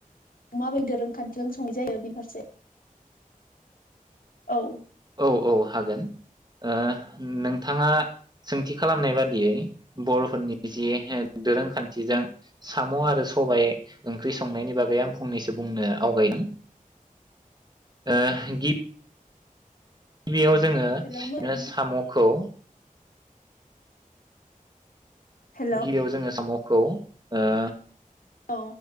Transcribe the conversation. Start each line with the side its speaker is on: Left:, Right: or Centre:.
Left: अमा बेदर ओंखामजों संनाय जायो बेनि फारसे औ।
Right: औ औ हागोन ओ नोंथाङा सोंथि खालामनाय बादियै बर'फोरनि जि दोरोंखान्थिजों साम' आरो सबाय ओंख्रि संनायनि बागै आं फंनैसो बुंनो आवगायदों ओ गि बियाव जोङो
Left: हेलौ मोजां
Right: ओ साम'खौ
Left: हेलौ
Right: गिबियाव जोङो साम' खौ। ओ
Left: औ।